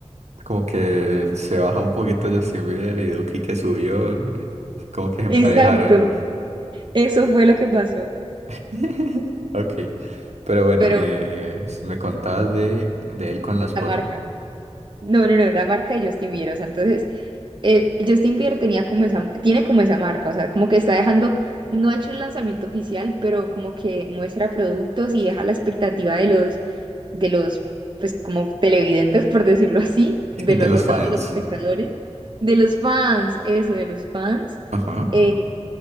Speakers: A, on the right (about 75°); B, on the right (about 45°).
A: Como que se baja un poquito Justin Bieber y Duki que subió, como que se emparejaron.
B: Exacto. Eso fue lo que pasó.
A: <laughs> Ok, pero bueno,
B: Pero
A: eh,
B: bueno,
A: me contabas de, de él con la esposa,
B: la marca. No, no, no, la marca de Justin Bieber. O sea, entonces, eh, Justin Bieber tenía como esa, tiene como esa marca. O sea, como que está dejando, no ha hecho el lanzamiento oficial, pero como que muestra productos y deja la expectativa de los, de los, pues como televidentes, por decirlo así,
A: <laughs>
B: de
A: de
B: los
A: los
B: otros,
A: fans.
B: de los espectadores, de los fans, eso, de los fans,
A: Ajá.
B: eh,